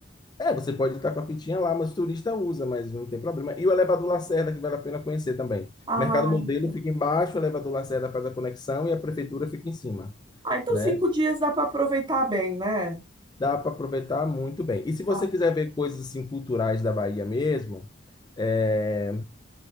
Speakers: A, on the left; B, on the right.
A: é, você pode estar com a fitinha lá, mas o turista usa, mas não tem problema. E o elevador Lacerda, que vale a pena conhecer também.
B: Ah,
A: O mercado modelo
B: então.
A: fica embaixo, o elevador Lacerda faz a conexão e a prefeitura fica em cima,
B: Ah, então
A: né?
B: cinco dias dá para aproveitar bem, né?
A: Dá para aproveitar muito bem. E se você
B: Ah,
A: quiser ver coisas assim culturais da Bahia mesmo, é,